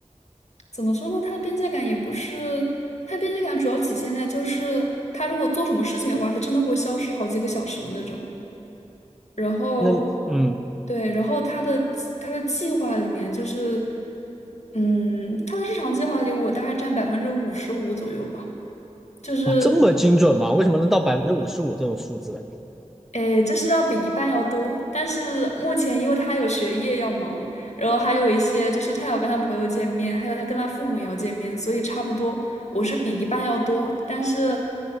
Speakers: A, on the left (about 60°); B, in the centre.
A: 怎么说呢？他的边界感也不是，他边界感主要体现在就是他如果做什么事情的话，他真的会消失好几个小时的那种。然后，
B: 那嗯，
A: 对，然后他的他的计划里面就是，嗯，他的日常计划里我大概占百分之五十五左右吧，就是。
B: 哇，这么精准吗？为什么能到百分之五十五这种数字啊？
A: 诶，就是要比一半要多，但是目前因为他有学业要忙，然后还有一些就是他要跟他朋友见面，还有他跟他父母也要见面，所以差不多我是比一半要多，但是